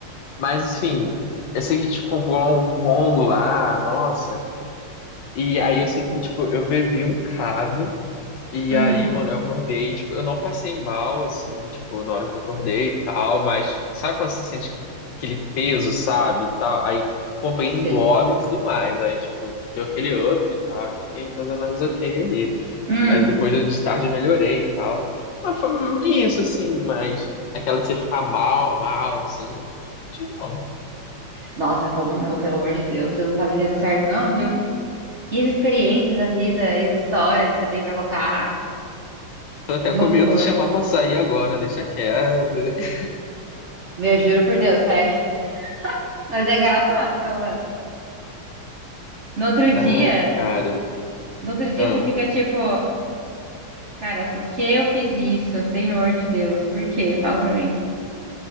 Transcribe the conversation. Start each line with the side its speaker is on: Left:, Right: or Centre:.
Left: Mas, enfim, eu sei que a gente comprou lá um combo lá, nossa. E aí eu sei que, tipo, eu bebi um cado. E
Right: Hum,
Left: aí, mano, eu acordei, tipo, eu não passei mal, assim, tipo, na hora que eu acordei e tal, mas sabe quando você sente aquele peso, sabe, e tal? Aí comprei
Right: sei.
Left: Engov e tudo mais, aí, tipo, deu aquele up e tal, e fiquei mais ou menos ok ali.
Right: Hum.
Left: É, depois eu, de tarde eu melhorei e tal, mas foi isso, assim, mas aquela de você ficar mal, mal, assim, não tive não.
Right: Nossa, como não? Pelo amor de Deus, você não tá vivendo certo, não, viu? E as experiências da vida, e as histórias que você tem pra contar?
Left: Tô até
Right: Que
Left: com
Right: loucura.
Left: medo de chamar pra sair agora, deixa quieto. <laughs>
Right: Meu, juro por Deus, sério. <laughs> Mas é engraçado, pelo menos. No outro dia,
Left: Ai, cara.
Right: no outro dia
Left: Ah.
Right: você fica tipo, cara, por que eu fiz isso? Senhor de Deus, por quê? Fala pra mim.